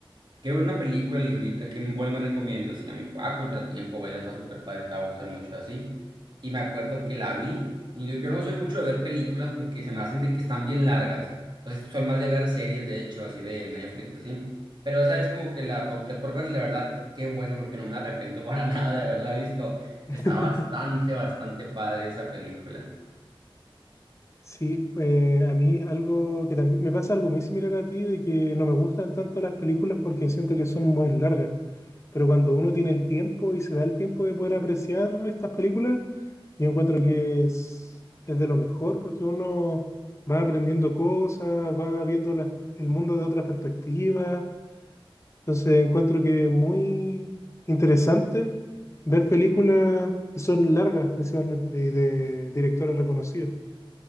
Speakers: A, on the right; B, on the left.
A: Quiero ver una película, le dije ahorita, ¿qué me- cuál me recomiendas? Y ella me dijo, ah, Contratiempo, vela, está súper padre, te va a gustar mucho así. Y me acuerdo que la vi, y yo, yo no soy mucho de ver películas porque se me hacen de que están bien largas. Entonces, soy más de ver series, de hecho, así de Netflix, así. Pero esa es como que la opté por verla, la verdad, qué bueno, porque no me arrepiento para <laughs> nada de haberla visto.
B: <laughs>
A: Está bastante, bastante padre esa película.
B: Sí, eh, a mí algo que también me pasa algo muy similar a ti, de que no me gustan tanto las películas porque siento que son muy largas. Pero cuando uno tiene el tiempo y se da el tiempo de poder apreciar estas películas, yo encuentro que es, es de lo mejor porque uno va aprendiendo cosas, va viendo las- el mundo de otras perspectivas. Entonces encuentro que es muy interesante ver películas que son largas principalmente y de directores reconocidos.